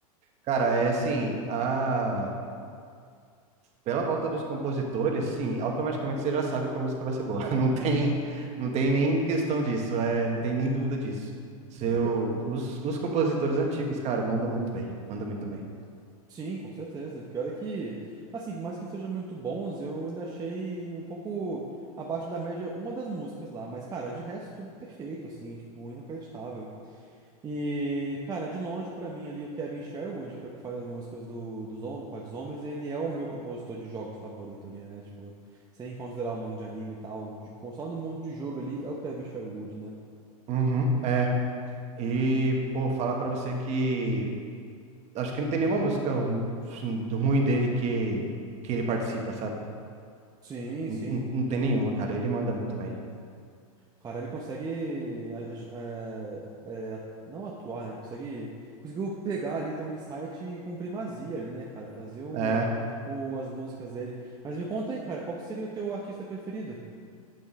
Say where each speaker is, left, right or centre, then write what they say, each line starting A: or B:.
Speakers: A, on the right; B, on the right.
A: Cara, é assim, a... pela volta dos compositores, sim, automaticamente você já sabe que a música vai ser boa. <laughs> Não tem, não tem nem questão disso, é, não tem nem dúvida disso. Seu,
B: O pio-
A: os, os compositores antigos, cara, mandam muito bem, mandam muito bem.
B: Sim, com certeza. O Pior é que, assim, por mais que eles sejam muito bons, eu ainda achei um pouco abaixo da média uma das músicas lá, mas, cara, de resto, tudo perfeito, assim, tipo, inacreditável. E, cara, de longe pra mim ali o Kevin Sherwood, que é o que faz as músicas do, dos Hom- Code Zombies, ele é o meu compositor de jogos favorito ali, né? Tipo, sem considerar o mundo de anime e tal, de, só no mundo de jogo ali é o Kevin Sherwood, né?
A: Uhum, é. E, pô, falar pra você que acho que não tem nenhuma música ru- assim, ruim dele que, que ele participa, sabe?
B: Sim,
A: Não,
B: sim.
A: não- não tem nenhuma, cara. Ele manda muito bem.
B: O cara, ele consegue a- a- é, é, a- não atuar, né? Ele consegue, conseguiu pegar ali, ter um insight com primazia ali, né, cara? Fazer o,
A: É.
B: o- as músicas dele. Mas me conta aí, cara, qual que seria o teu artista preferido?